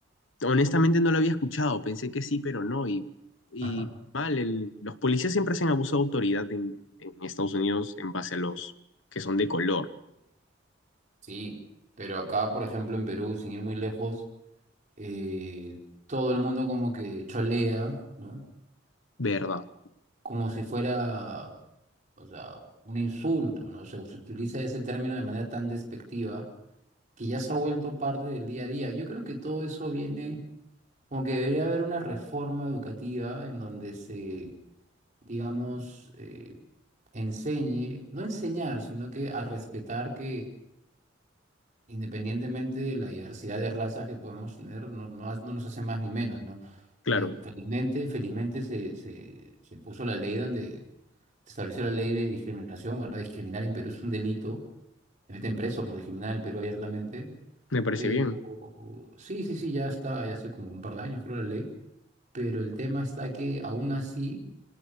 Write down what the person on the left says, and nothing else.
honestamente no lo había escuchado, pensé que sí, pero no, y, y
mal, el- los policías siempre hacen abuso de autoridad en, en Estados Unidos en base a los que son de color,
¿verdad?
Claro,
me parece
bien,